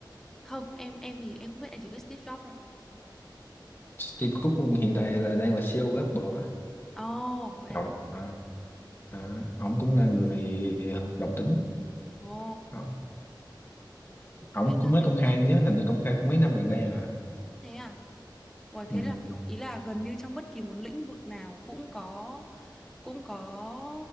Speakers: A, in the centre; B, on the left.
A: không em em thì em không biết em chỉ biết Steve Jobs thôi
B: Tim Cook hiện tại là đang là CEO của Apple á.
A: ồ vậy
B: Ông,
A: à
B: à, à, ông cũng là người hoạt động tính.
A: ồ
B: Ông, ông
A: thế
B: cũng
A: là
B: mới
A: tính
B: công khai
A: ra
B: anh nhớ, hình như công khai cũng mấy năm gần đây à.
A: thế à Uầy,
B: Ừ,
A: thế là kiểu ý là gần như trong bất kỳ một lĩnh vực nào cũng có cũng có